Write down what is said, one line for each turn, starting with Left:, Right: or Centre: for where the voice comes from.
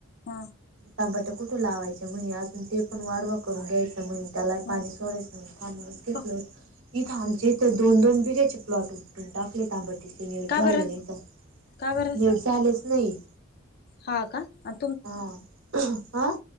Left: हा
Right: तंबाट कुठे लावायच म्हणे अजून ते पण वाडवा करून घ्यायच म्हणे. त्याला
Left: हा
Right: पाणी सोडायच थांबणूनच घेतल
Left: अ
Right: इथ आमच्या इथ दोन दोन बिघायचे प्लॉट होते. टाकले तांबट ते नीट
Left: का
Right: झाले
Left: बरं
Right: नाही तर
Left: का बरं
Right: नीट झालेच नाही.
Left: हा का. आणि
Right: हा, ह, आ.